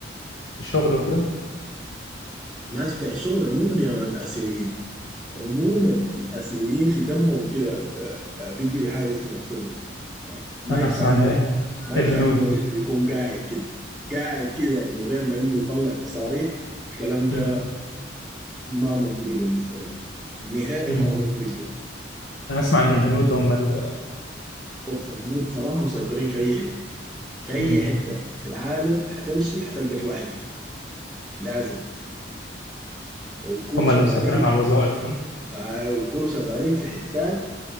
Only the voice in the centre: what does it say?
الناس بتاع الشغل عموما يا مان الآسيويين عموما الآسيويين في دمهم كده ب- بيجري حاجة اسمها شغل ما
ينفع
انه
ما
ينفع انه يكون قاعد كده قاعد كده من غير ما انه يطلع مصاريف الكلام ده
ما منطقي بالنسبه له نهائي
ما منطقي يعني.
اوف الهنود صراحه مسيطرين في اي حته في اي
حته في العالم حتمشي حتلقى في واحد هندي لازم وبكونوا
شغالين
آه وبكونوا شغالين في حتات